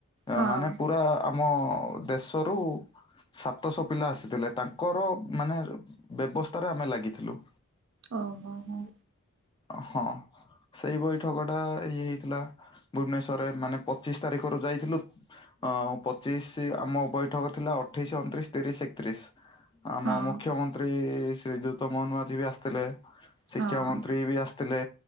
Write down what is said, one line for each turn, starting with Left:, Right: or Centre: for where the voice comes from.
Right: ହଁ
Left: ମାନେ ପୁରା ଆମ ଦେଶରୁ ସାତଶହ ପିଲା ଆସିଥିଲେ ତାଙ୍କର ମାନେ ବ୍ୟବସ୍ଥାରେ ଆମେ ଲାଗିଥିଲୁ।
Right: ଓହୋ ହୋ।
Left: ହଁ। ସେଇ ବୈଠକ ଟା ଇଏ ହେଇଥିଲା ଭୁବେନେଶ୍ୱର ମାନେ ପଚିଶ ତାରିଖରୁ ଯାଇଥିଲୁ। ହଁ ପଚିଶି ଆମ ବୈଠକ ଥିଲା ଅଠେଇଶ, ଅଣତିରିଶ, ତିରିଶ, ଏକତିରିଶ। ଆମ
Right: ହଁ
Left: ମୁଖ୍ୟମନ୍ତ୍ରୀ ଶ୍ରୀଯୁକ୍ତ ମୋହନ ମାଝ ବି ଆସ ଆସିଥିଲେ ଶିକ୍ଷା
Right: ହଁ
Left: ମନ୍ତ୍ରୀ ବି ଆସିଥିଲେ